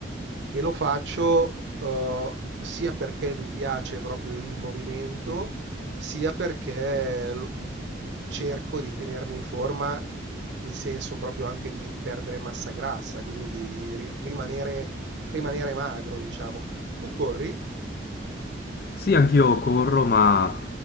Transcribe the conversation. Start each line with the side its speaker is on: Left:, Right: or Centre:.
Right: E lo faccio, eh, sia perché mi piace proprio il movimento, sia perché l- cerco di tenermi in forma in senso proprio anche di perdere massa grassa, quindi di ri- rimanere, rimanere magro, diciamo. Tu corri?
Left: Sì, anch'io corro, ma